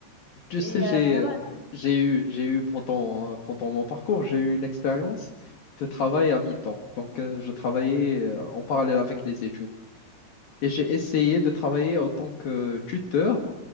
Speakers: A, on the left; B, on the right.
A: Tu
B: Et
A: sais, j'ai,
B: euh, voilà.
A: j'ai eu, j'ai eu pendant, pendant mon parcours, j'ai eu une expérience de travail à mi-temps. Donc, euh, je travaillais euh, en parallèle avec les études. et j'ai essayé de travailler en tant que tuteur